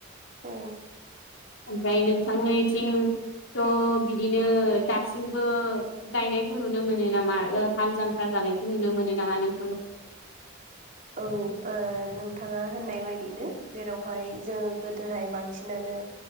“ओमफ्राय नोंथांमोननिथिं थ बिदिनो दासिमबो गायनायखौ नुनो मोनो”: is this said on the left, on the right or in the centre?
Left